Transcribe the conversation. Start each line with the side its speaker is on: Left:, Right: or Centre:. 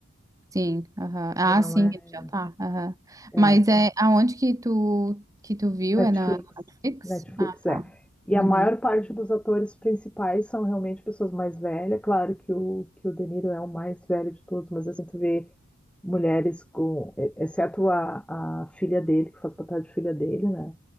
Right: sim, aham.
Centre: Ele
Right: Ah,
Centre: não
Right: sim,
Centre: é,
Right: ele já tá. Aham.
Centre: é
Right: Mas é aonde que tu que tu viu?
Centre: Netflix.
Right: É na Netflix?
Centre: Netflix
Right: Ah,
Centre: é.
Right: tá.
Centre: E
Right: Uhum.
Centre: a maior parte dos atores principais são realmente pessoas mais velhas. Claro que o, que o De Niro é o mais velho de todos, mas assim, tu vê mulheres com... e- Exceto a, a filha dele, que faz papel de filha dele, né?